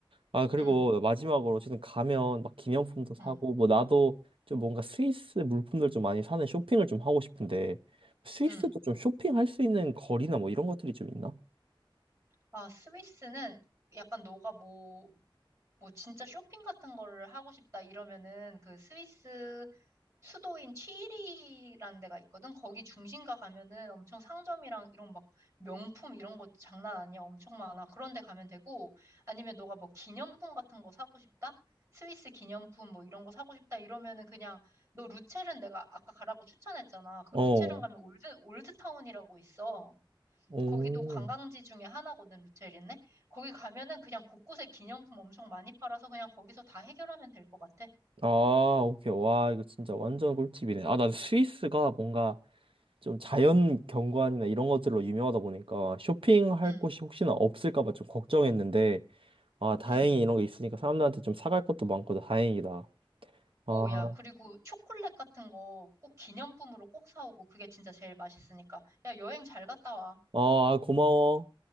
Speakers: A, on the right; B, on the right.
A: 아, 그리고
B: 응,
A: 마지막으로 어쨌든 가면 막 기념품도 사고,
B: 응,
A: 뭐 나도 좀 뭔가 스위스 물품들 좀 많이 사는 쇼핑을 좀 하고 싶은데, 스위스도
B: 응.
A: 좀 쇼핑할 수 있는 거리나 뭐 이런 것들이 좀 있나?
B: 아, 스위스는 약간 너가 뭐, 뭐 진짜 쇼핑 같은 거를 하고 싶다 이러면은 그 스위스 수도인 취리히라는 데가 있거든. 거기 중심가 가면은 엄청 상점이랑 이런 막 명품 이런 거 장난 아니야. 엄청 많아. 그런 데 가면 되고 아니면 너가 뭐 기념품 같은 거 사고 싶다? 스위스 기념품 뭐 이런 거 사고 싶다 이러면은 그냥 너 루체른 내가 아까 가라고 추천했잖아. 그
A: 어.
B: 루체른 가면 올드 올드타운이라고 있어.
A: 오.
B: 거기도 관광지 중에 하나거든, 루체리네. 거기 가면은 그냥 곳곳에 기념품 엄청 많이 팔아서 그냥 거기서 다 해결하면 될 것 같아.
A: 아, 오케이. 와, 이거 진짜 완전 꿀팁이네. 아, 난 스위스가 뭔가 좀 자연 경관이나 이런 것들로 유명하다 보니까 쇼핑할
B: 응,
A: 곳이 혹시나 없을까 봐 좀 걱정했는데, 아, 다행히
B: 응.
A: 이런 게 있으니까 사람들한테 좀 사갈 것도 많고 다행이다. 아,
B: 오, 야, 그리고 초콜릿 같은 거 꼭 기념품으로 꼭 사오고 그게 진짜 제일 맛있으니까. 야, 여행 잘 갔다 와.
A: 아, 아, 고마워.